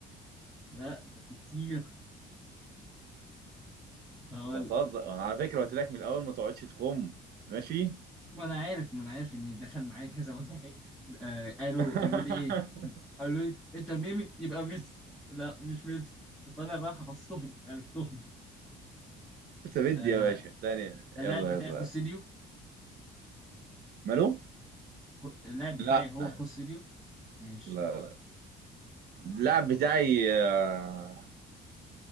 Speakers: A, in the centre; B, on the right.
A: لا ده في كتير هقول
B: انت بتهزر انا على فكرة قلت لك من الاول ما تقعدش تخم ماشي؟
A: ما أنا عارف ما أنا عارف إن دخل معايا كذا واحد آه قالوا
B: <laughs>
A: قالوا لي إيه؟ قالوا لي أنت ميمي يبقى ميسي لا مش ميسي فأنا بقى حفظتهم عرفتهم
B: انت بدي
A: آه
B: يا باشا ثانية
A: اللاعب
B: يلا
A: بتاعي
B: يلا
A: خوسيليو
B: يلا مالو؟
A: خو- اللاعب بتاعي
B: لا
A: هو
B: لا
A: خوسيليو ماشي
B: لا اللاعب بتاعي آه